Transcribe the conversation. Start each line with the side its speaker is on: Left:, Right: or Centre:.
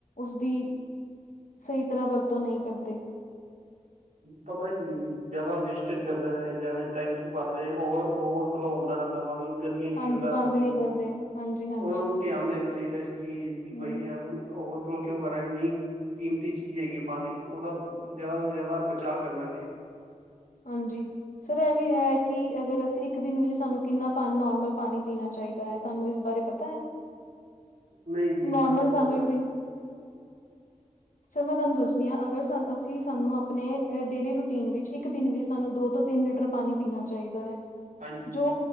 Left: ਉਸਦੀ ਸਹੀ ਤਰ੍ਹਾਂ ਵਰਤੋਂ ਨਹੀਂ ਕਰਦੇ?
Right: ਪਤਾ ਕੀ, ਜਿਆਦਾ ਵੇਸਟੇਜ ਕਰਦੇ ਨੇ, ਜਿਵੇਂ ਟੈਂਕ ਭਰਦੇ ਓਵਰ ਫਲੋ ਹੁੰਦਾ ਰਹਿੰਦਾ ਪਾਣੀ ਗਲੀਆਂ 'ਚ
Left: ਹਾਂਜੀ
Right: ਗਿਰਦਾ
Left: ਬੰਦ
Right: ਪਾਣੀ,
Left: ਨਹੀਂ ਕਰਦੇ ਹਾਂਜੀ ਹਾਂਜੀ।
Right: ਉਹਨਾਂ ਨੂੰ ਧਿਆਨ ਦੇਣਾ ਚਾਹੀਦਾ, ਇਸ ਚੀਜ਼ ਦੀ
Left: ਹੂੰ,
Right: ਬਾਈ ਐਵੇ ਓਵਰਫਲੋ ਕਿਂ ਕਰ ਰਿਹਾ, ਇੰਨੀ ਕੀਮਤੀ ਚੀਜ਼ ਹੈਗੀ ਆ ਪਾਣੀ, ਉਹਦਾ ਜ਼ਿਆਦਾ ਤੋਂ ਜ਼ਿਆਦਾ ਬਚਾਅ ਕਰਨਾ ਚਾਹੀਦਾ।
Left: ਹਾਂਜੀ। ਸਰ ਇਹ ਵੀ ਹੈ, ਕਿ ਅਗਰ ਅਸੀਂ ਇੱਕ ਦਿਨ ਵਿੱਚ ਸਾਨੂੰ, ਕਿੰਨਾ ਪਾਣੀ ਨੋਰਮਲ ਪਾਣੀ ਪੀਣਾ ਚਾਹੀਦਾ ਹੈ, ਤੁਹਾਨੂੰ ਇਸ ਬਾਰੇ ਪਤਾ ਹੈ?
Right: ਨਹੀਂ ਜੀ ਇੰਨਾ
Left: ਨੋਰਮਲ
Right: ਤਾਂ ਨਹੀਂ
Left: ਸਾਨੂੰ
Right: ਪਤਾ
Left: ਇੱਕ
Right: ਜੀ
Left: ਦਿਨ ਸਰ ਮੈਂ ਤੁਹਾਨੂੰ ਦੱਸਦੀ ਹਾਂ ਅਗਰ ਅਸੀਂ, ਸਾਨੂੰ ਆਪਣੇ ਡੇਲੀ ਰੂਟੀਨ ਵਿੱਚ ਇੱਕ ਇੱਕ ਦਿਨ ਵੀ, ਸਾਨੂੰ ਦੋ ਤੋਂ ਤਿੰਨ ਲੀਟਰ ਪਾਣੀ ਪੀਣਾ ਚਾਹੀਦਾ ਹੈ,
Right: ਹਾਂਜੀ
Left: ਜੋ